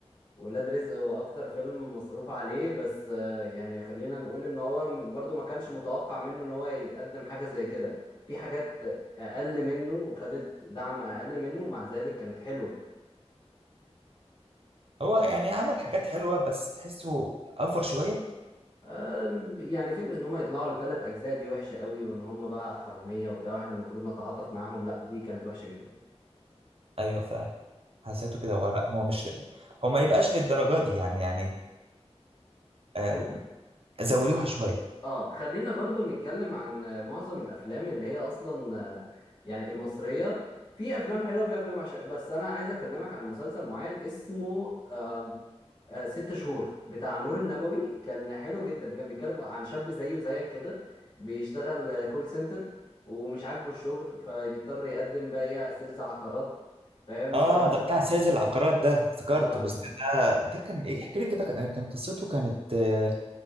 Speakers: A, on the left; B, on the right.
A: ولاد رزق هو اكتر فيلم مصروف عليه بس آه، يعني خلينا نقول ان هو م- برضو ما كانش متوقع منه ان هو يقدم حاجه زي كده في حاجات اقل منه وخدت دعم اقل منه ومع ذلك كانت حلوه
B: هو يعني عمل حاجات حلوه بس تحسه افر شويه
A: أم، يعني فكرة ان هم يطلعوا لثلاث اجزاء دي وحشة قوي وان هم بقى حرامية وبتاع واحنا المفروض نتعاطف معاهم لا دي كانت وحشة جدا
B: ايوه فعلا حسيته كده هو لا هو مش هو ما يبقاش للدرجه دي يعني يعني آه،
A: شوف شوف
B: زودوها شويه
A: اه خلينا برضو نتكلم عن آه، معظم الافلام اللي هي اصلا آه، يعني المصرية في افلام حلوة في افلام وحشة بس انا عايز اكلمك عن مسلسل معين اسمه آه، ست شهور بتاع نور النبوي كان حلو جدا كان بيتكلم عن شاب زيي وزيك كده بيشتغل آه، كول سنتر ومش عاجبه الشغل فبيضطر يقدم بقى ايه سيلز عقارات فاهم
B: اه
A: و...
B: ده بتاع سيد العقارات ده
A: <laughs>
B: افتكرته
A: اه
B: بس كان ده ده كان ايه احكي لي كده كان كان قصته كانت آه،